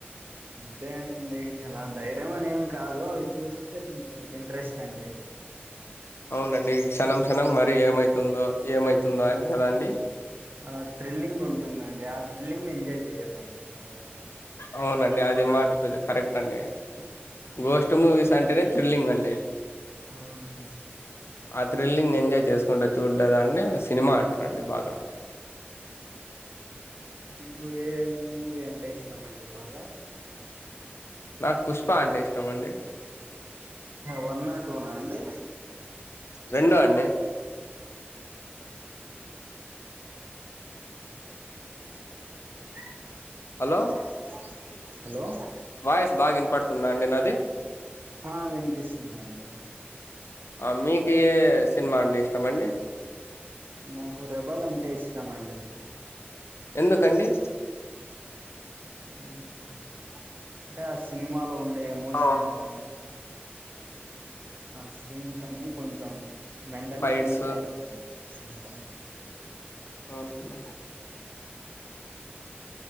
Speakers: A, on the right; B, on the left.
A: అంతే అండి అలా ధైర్ ఏమన్ ఏం కాదు అవి చూస్తే కొంచం ఇంట్రెస్ట్ చండే
B: అవునండి క్షణం క్షణం మరీ ఏమైతుందో ఏమైతుందో
A: ఆ
B: అని కదండి
A: అలా థ్రిల్లింగ్ ఉంటుందండి ఆ థ్రిల్లింగ్ ని ఎంజాయ్ చేయ్యాలండి బాగా
B: అవునండి అది మాట్కోది కరెక్ట్ అండి
A: ఆ
B: గోష్ట్ మూవీస్ అంటనే థ్రిల్లింగ్ అండి
A: అవునండి.
B: ఆ థ్రిల్లింగ్ ఎంజాయ్ చేసుకుంటా చూడదాన్నే సినిమా అంటారండి బాగా
A: మీకు ఏ మూవీ అంటే ఇష్టం అండి బాగా
B: నాకు పుష్ప అంటే ఇష్టం అండి
A: వన్ ఆ టూ నా అండి
B: రెండు అండి
A: ఊమ్ ఆ
B: హలో
A: మా గ్యాస్ పోయిది హలో
B: వాయిస్ బాగా వినబడుతు స్తుందండి నాది
A: ఆ వినిపిస్తుందా అండి
B: ఆ మీకు ఏ సినిమా అంటే ఇష్టమండి
A: నాకు రెబల్ అంటే ఇష్టమండి
B: ఎందుకండీ
A: ఊమ్ అంటే ఆ సినిమాలో ఊ ఉండే ఎమోషన్
B: అవును
A: గాని ఆ సెన్స్ అన్ని కొంచం మెంటలీ
B: ఫైట్స్
A: కనెక్ట్ అయిన కొంచెం
B: అవునండి